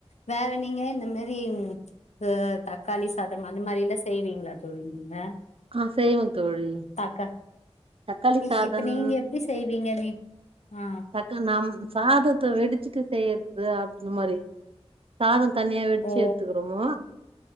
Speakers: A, on the left (about 80°); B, on the right (about 55°).
A: வேற நீங்க இந்த மாரி து தக்காளி சாதம் அது மாரிலா செய்வீங்களா தோழி நீங்க
B: அ செய்வந் தோழி
A: தாக்கா
B: தக்காளி
A: இ
B: சாதம்
A: இப்ப நீங்க எப்டி செய்வீங்க நீ அ
B: க நம் சாதத்த வெடிச்சுட்டு செய்றது அப் அந் மாரி சாதோ தன்னியா வெடிச்சு
A: ஓ
B: எத்துக்கிறோமோ